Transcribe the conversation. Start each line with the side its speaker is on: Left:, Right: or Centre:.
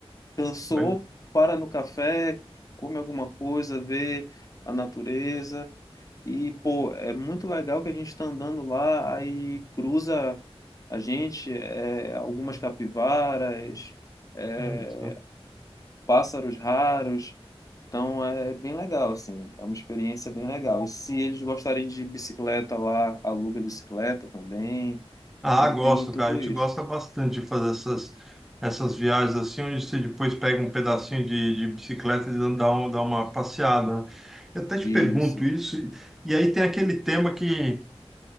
Left: Cansou,
Centre: Olha,
Left: para no café, come alguma coisa, vê a natureza. E, pô, é muito legal que a gente tá andando lá, aí cruza a gente, é, algumas capivaras, é,
Centre: olha isso.
Left: pássaros raros. Então é bem legal, assim, é uma experiência bem legal. E se eles gostarem de bicicleta lá, aluga bicicleta também.
Centre: Ah,
Left: Ele
Centre: gosto,
Left: tem tudo
Centre: cara. A gente
Left: isso.
Centre: gosta bastante de fazer essas, essas viagens assim, onde você depois pega um pedacinho de, de bicicleta e dá, um, dá uma passeada. né? Eu até te
Left: Isso.
Centre: pergunto isso, e, e aí tem aquele tema que